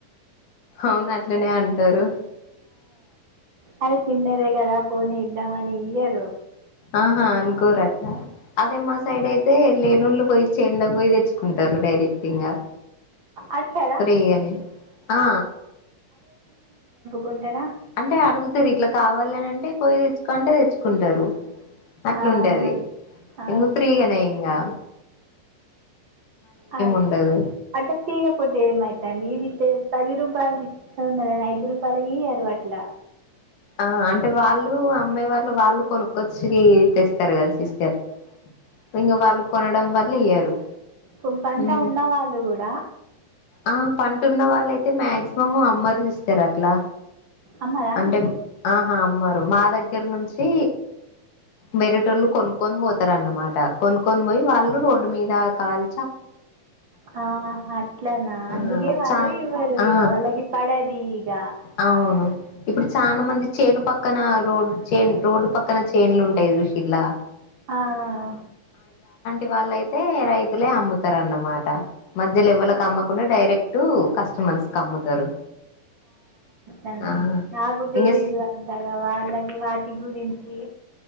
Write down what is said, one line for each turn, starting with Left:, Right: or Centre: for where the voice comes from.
Left: అవును అట్లనే అంటారు
Right: అరే చిన్న ర కద పోనీ ఇద్దామని ఇయరు
Left: ఆహా అనుకోరు అట్లా అదే మా సైడ్ అయితే లేనుూళ్ళు పోయి చేన్ల పోయి తెచ్చుకుంటారు డైరెక్ట్ ఇకా
Right: అడగరా
Left: ప్రీగానే ఆ
Right: గుంటేరా
Left: అంటే అడుగుతారు ఇట్లా కావాలనింటే పోయి తెచ్చుకుంటే తెచ్చుకుంటారు అట్లా
Right: ఆహా
Left: ఉండేది
Right: ఆ,
Left: ఇగ ఫ్రీగానే ఇంకా
Right: అదే
Left: ఉండదు
Right: అంట ఫీగాపోతే ఏమతే అండి ఈదితే పది రూపాయలు ఇచ్చందని ఐదు రూపాయలకియరు అట్ల
Left: ఆ అంటే వాళ్ళు అమ్మే వాళ్ళు వాళ్ళు కొనుక్కొచ్చి తెస్త తరు కదా సిస్టర్ ఇంకా వాళ్ళు కొనడం వల్ల ఇయ్యరు
Right: పోపంట
Left: ఉమ్
Right: ఉన్నవాళ్ళు కూడా
Left: ఆ పంటన్న వాళ్ళయితే మాక్సిమం అమ్మరు ఇస్తారు అట్లా
Right: అమ్మరా
Left: అంటే ఆహా అమ్మారు మా దగ్గర నుంచి వేరేటోళ్ళు కొనుక్కొని పోతారున్నమాట కొనుక్కొని పోయి వాళ్ళు రోడ్డు మీద కాల్
Right: ఆ అట్లనా
Left: ఆ
Right: అందుగే వాళ్ళ
Left: చా
Right: ఇవ్వారు
Left: ఆ
Right: ఇక వాళ్లాకి పడది ఈగా
Left: అవును ఇప్పుడు చానా మంది చేనుపక్క పక్కన రోడ్ చేన్ రోడ్డు పక్కన చేన్లు ఉంటాయి చూషిలా.
Right: ఆ ఆ ఆ
Left: ఇవాళ్ళయితే రైతులే అమ్ముతారున్నమాట మధ్యలో ఎవ్వళకి
Right: ఆ
Left: అమ్మకుండా డైరెక్ట్ కస్టమర్స్ క అమ్ముతారు
Right: పట్టణ
Left: ఆ
Right: నాకు తెలీదు
Left: ఇంగ
Right: అంతగా వాళ్ళకు వాటి గురించి